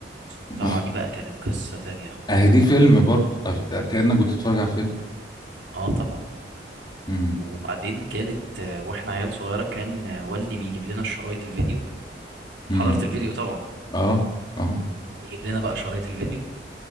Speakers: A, on the left (about 25°); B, on the right (about 80°).
A: <laughs>
B: المصارعه دي بقى كانت قصه تانية خالص
A: اهي دي فيلم برضو أف- كأنك بتتفرج على فيلم
B: اه طبعا
A: امم
B: وبعدين كانت آه، واحنا عيال صغيره كان آه، والدي بيجيب لنا الشرايط الفيديو
A: امم
B: حضرت الفيديو طبعا
A: اه اه
B: يجيب لنا بقى شرايط الفيديو